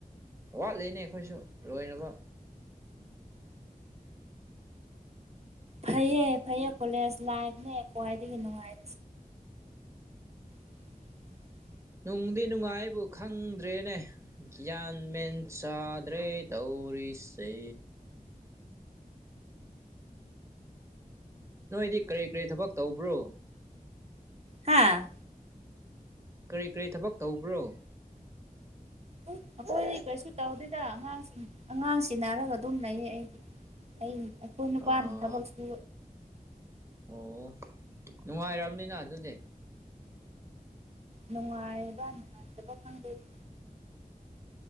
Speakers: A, on the right; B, on the right.
A: ꯋꯥꯠꯂꯤꯅꯦ ꯑꯩꯈꯣꯏꯁꯨ ꯂꯣꯏꯅꯕ
B: ꯐꯩꯑꯌꯦ ꯐꯩꯌꯦ ꯀꯣꯂꯦꯖ ꯂꯥꯏꯐꯅꯦ ꯈ꯭ꯋꯥꯏꯗꯒꯤ ꯅꯨꯡꯉꯥꯏꯖꯦ <unintelligible>
A: ꯅꯨꯡꯗꯤ ꯅꯨꯡꯉꯥꯏꯕꯨ ꯈꯪꯗ꯭ꯔꯦꯅꯦ ꯒ꯭ꯌꯥꯟ ꯃꯦꯟ ꯆꯥꯗ꯭ꯔꯦ ꯇꯧꯔꯤꯁꯦ ꯅꯣꯏꯗꯤ ꯀꯔꯤ ꯀꯔꯤ ꯊꯕꯛ ꯇꯧꯕ꯭ꯔꯣ
B: ꯍꯥꯥ
A: ꯀꯔꯤ ꯀꯔꯤ ꯊꯕꯛ ꯇꯧꯕ꯭ꯔꯣ
B: ꯎ ꯑꯩꯈꯣꯏ ꯔꯤꯀ꯭ꯋꯦꯁꯁꯨ ꯇꯧꯗꯣꯏꯗ ꯑꯉꯥꯡꯁꯤꯡ ꯑꯉꯥꯡꯁꯤ ꯅꯥꯔꯒ ꯑꯗꯨꯝ ꯂꯩꯌꯦ ꯑꯩꯗꯤ ꯑ ꯑꯩꯈꯣꯏ ꯅꯨꯄꯥꯅ
A: ꯑꯥ
B: ꯊꯕꯛꯁꯨ
A: ꯑꯣ ꯅꯨꯡꯉꯥꯏꯝꯅꯤꯅ ꯑꯗꯨꯗꯤ
B: ꯅꯨꯡꯉꯥꯏꯕ ꯅꯨꯡꯉꯥꯏꯇꯕ ꯐꯪꯗꯣꯏꯔꯤ